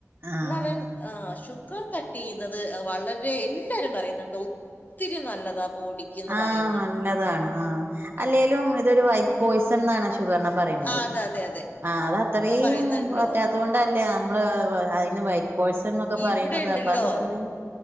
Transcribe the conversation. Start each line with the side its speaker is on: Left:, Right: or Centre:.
Right: ആഹ്
Left: എന്നാലും
Right: അതാണ്
Left: ഷുഗ് ക്കർ കട്ടു ചെയ്യുന്നതെ വളരെ എല്ലാവരും പറയുന്നുണ്ട് ഒത്തിരി നല്ലതാ ബോഡിക്ക് എന്ന്
Right: ആ
Left: പറയുന്നുണ്ട്
Right: നല്ലതാണ് ആ അല്ലേലും ഇതൊരു വൈറ്റ് പോയ്സൺ എന്നാണ് ഷുഗറിനെ പറയണത്
Left: ആ അതെ അതെ അതെ
Right: ആ അതത്രേം
Left: ആ, പറയുന്നുണ്ടല്ലോ
Right: പറ്റാത്തോണ്ടല്ലേ ആ നമ്മള് അതിന് വൈറ്റ് പോയസൺ എന്നൊക്കെ പറയുന്നത്
Left: ഇവിടെ ഉണ്ടല്ലോ
Right: അപ്പൊ അതത്രേം